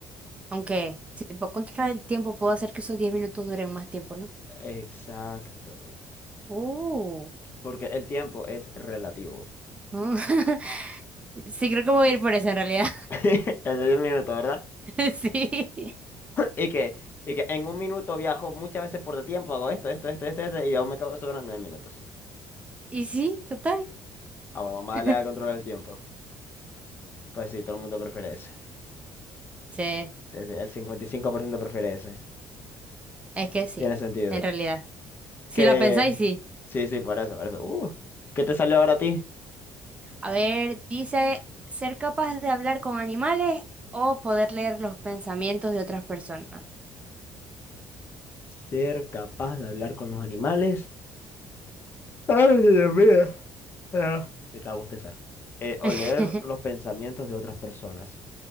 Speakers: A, on the right (about 20°); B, on the left (about 35°).
A: Aunque si puedo controlar el tiempo, puedo hacer que esos 10 minutos duren más tiempo, ¿no?
B: Exacto.
A: Uh.
B: Porque el tiempo es relativo.
A: mm. <laughs> Sí, creo que me voy a ir por eso en realidad.
B: <laughs> El de 10 minutos, ¿verdad?
A: <laughs> Sí.
B: Y que, y que en un minuto viajo muchas veces por el tiempo, hago esto, esto, esto, esto, esto, y aún me quedo sobre los nueve minutos.
A: Y sí, total.
B: Ah, bueno, mamá
A: <laughs>
B: le da controlar el tiempo. Pues sí, todo el mundo prefiere ese.
A: Sí,
B: Sí, sí, el 55% prefiere ese.
A: es que sí,
B: Tiene sentido.
A: en realidad. Si
B: Que...
A: la pensáis, sí.
B: Sí, sí, por eso, por eso. Uh, ¿qué te salió ahora a ti?
A: A ver, dice, ser capaz de hablar con animales o poder leer los pensamientos de otras personas.
B: Ser capaz de hablar con los animales. Ay, Dios mío. Ah, Estaba a bostezar. Eh, o
A: <laughs>
B: leer los pensamientos de otras personas.